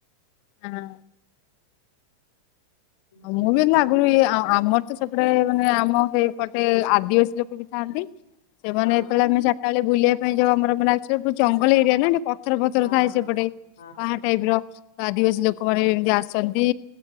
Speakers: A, on the left; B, on the left.
A: ହଁ। ଆ
B: ଗୋଟେ
A: ମୁଁ
B: ଦେଖିବ
A: ବି ଲାଗୁ ଇ ଆ ଆମ ସେପଟେ ମାନେ ଆମ ହେଇପଟେ ଆଦିବାସୀ ଲୋକ ବି ଥାନ୍ତି ସେମାନେ
B: ହଁ
A: ଏତଳେ ଆମେ ଚା ତାଳେ ବୁଲିବା ପାଇଁ ଯାଉ ଆମର ମାନେ ଆକ୍ଚୁଲି ବୋହୁତ୍ ଜଙ୍ଗଲ ଏରିଆ ନା ଡେ ପ ଥର ପଥର
B: ହଁ
A: ଥାଏ
B: ହଁ।
A: ସେପଟେ
B: ହଁ
A: ପାହା ଟାଇପ୍ ର। ତ ଆଦିବାସୀ ଲୋକମାନେ ବି ଏମିତି ଆସନ୍ତି।